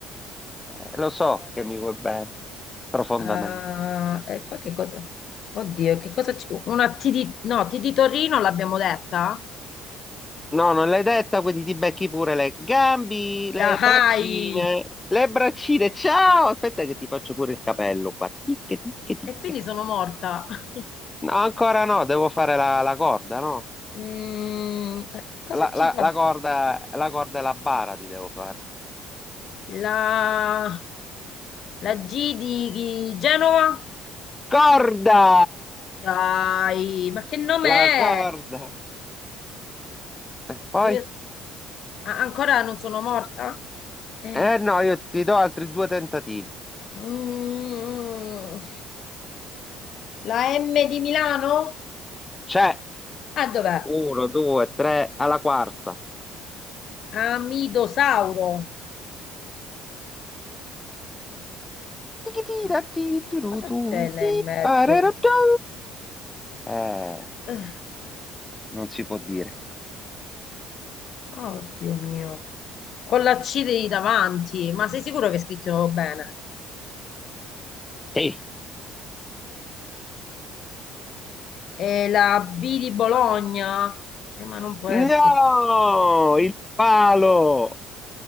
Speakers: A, on the left; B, on the left.
A: Eh, lo so che mi vuoi bene, profondamente.
B: Ah, ecco che cosa. Oddio, che cosa ci- Una T di... No, T di Torino l'abbiamo detta?
A: No, non l'hai detta, quindi ti becchi pure le gambi, le
B: Dai!
A: braccine, le braccine. Ciao! Aspetta che ti faccio pure il capello qua. Tic, tic, tic.
B: E quindi sono morta. <laughs>
A: No, ancora no, devo fare la, la corda, no?
B: Mm, eh, cosa
A: La,
B: ci
A: la-
B: può...
A: la corda, la corda e la bara ti devo fare.
B: La... La G di, di Genova?
A: Corda!
B: Dai, ma che nome è?
A: La corda. Eh, poi?
B: Voglio- a- Ancora non sono morta? Eh,
A: Eh no, io ti do altri due tentativi.
B: mm, la M di Milano?
A: C'è
B: Ah, dov'è?
A: uno, due, tre, alla quarta.
B: Amidosauro.
A: Tichitira,
B: Ah,
A: ti,
B: e Che
A: tu,
B: cosa
A: tu,
B: c'è là
A: ti,
B: in mezzo?
A: parerà, tu. Eh,
B: Eh,
A: non si può dire.
B: Oddio mio. Con la C di davanti, ma sei sicuro che è scritto bene?
A: Sì.
B: E la B di Bologna? Eh, ma non può
A: No!
B: essere.
A: Il palo!